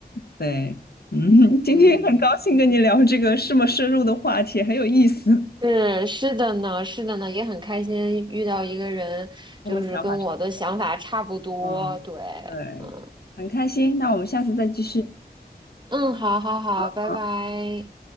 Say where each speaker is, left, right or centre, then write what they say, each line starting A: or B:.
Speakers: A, on the left (about 70°); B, on the right (about 25°).
A: 对，嗯，<laughs> 今天很高兴跟你聊这个这么深入的话题，
B: 嗯，
A: 很有意思。
B: 是是的呢，是的呢，也很开心遇到一个人，
A: 我们的想法差不
B: 就是跟我的想法差不多。
A: 多，嗯，
B: 对，
A: 对，
B: 嗯
A: 很开心。那我们下次再继续。
B: 嗯，好好好，
A: 好
B: 拜拜。